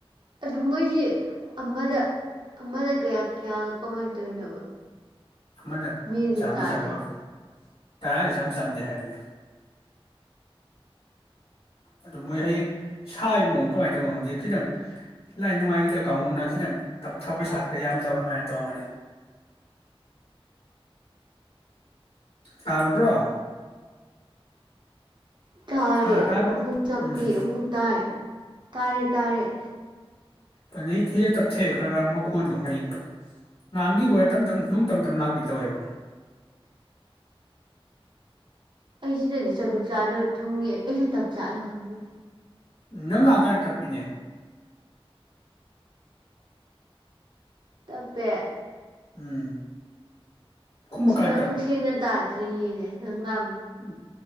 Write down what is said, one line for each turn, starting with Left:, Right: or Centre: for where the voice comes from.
Right: ꯑꯗꯨ ꯃꯣꯏꯁꯤ ꯑꯃꯗ ꯑꯃꯗ ꯀꯌꯥ ꯀꯌꯥꯒ ꯀꯃꯥꯏꯅ ꯇꯧꯔꯤꯅꯣꯕ
Left: ꯑꯃꯗ
Right: ꯃꯦꯟꯁꯨ
Left: ꯆꯥꯃ
Right: ꯇꯥꯗꯦ
Left: ꯆꯥꯃ ꯇꯔꯥ ꯆꯥꯝ ꯆꯥꯝꯗꯦ ꯍꯥꯏꯕꯅꯦ ꯑꯗꯨ ꯃꯣꯏ ꯍꯌꯦꯡ ꯁꯥꯕ ꯃꯑꯣꯡꯗ ꯀꯃꯥꯏꯅ ꯇꯧꯅꯣ ꯈꯪꯗꯦ ꯈꯤꯇꯪ ꯂꯥꯏ ꯅꯨꯡꯉꯥꯏꯒꯤꯈꯤꯗ ꯀꯥꯡꯕꯨꯨꯅ ꯈꯤꯇꯪ ꯇꯞꯊꯥ ꯄꯩꯁꯥ ꯈꯔ ꯌꯥꯝꯗꯕ ꯑꯗꯨꯃꯥꯏꯅ ꯇꯧꯒꯅꯤ ꯇꯥꯕꯟꯗ꯭ꯔꯣ
Right: ꯊꯥꯔꯦ
Left: ꯍꯥ ꯇꯥꯕ꯭ꯔꯣ
Right: ꯑꯃꯨꯛ ꯆꯞꯄꯤ
Left: ꯎꯝ
Right: ꯑꯃꯨꯛ ꯇꯥꯏ ꯇꯥꯔꯦ ꯇꯥꯔꯦ
Left: ꯐꯩ ꯁꯤꯗ ꯇꯞꯊꯩꯑ ꯈꯔ ꯃꯈꯣꯟꯗꯣ ꯍꯌꯦꯡ ꯉꯥꯡꯈꯤꯕꯈꯤꯕꯔꯥ ꯇꯞ ꯇꯞ ꯅꯨꯡ ꯇꯞ ꯇꯝ ꯂꯥꯛꯄꯤ ꯇꯧꯋꯦꯕ
Right: ꯑꯩꯁꯤꯗꯗꯤ ꯆꯞ ꯆꯞ ꯆꯥꯅ ꯊꯣꯡꯉꯦ ꯑꯩꯁꯨ ꯇꯞ ꯆꯥꯂ ꯈꯪꯉꯦ
Left: ꯅꯪ ꯉꯥꯛ ꯀꯥꯟ ꯇꯞꯄꯤꯅꯦ
Right: ꯇꯄꯦ
Left: ꯎꯝ ꯈꯨꯝꯃꯀꯥꯟ
Right: ꯁꯤꯗ ꯑꯃꯨꯛ ꯁꯦꯡꯅ ꯇꯥꯗ꯭ꯔꯤꯅꯤꯅꯦ ꯍꯪ
Left: ꯎꯝ